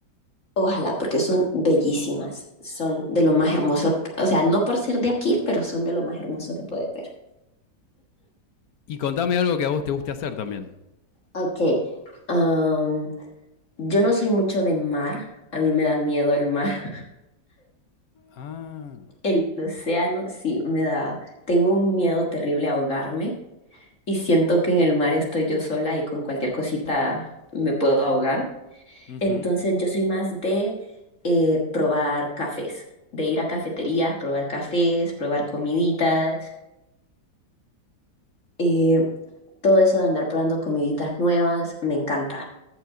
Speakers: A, on the left; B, on the left.
A: Ojalá, porque son bellísimas. Son de lo más hermoso. O sea, no por ser de aquí, pero son de lo más hermoso que puedes ver.
B: Y contame algo que a vos te guste hacer también.
A: Ok. am, yo no soy mucho de mar. A mí me da miedo el mar. <laughs>
B: Ah.
A: El océano, sí, me da. Tengo un miedo terrible a ahogarme y siento que en el mar estoy yo sola y con cualquier cosita me puedo ahogar.
B: Ujú.
A: Entonces yo soy más de eh, probar cafés, de ir a cafeterías, probar cafés, probar comiditas. eh, todo eso de andar probando comiditas nuevas, me encanta.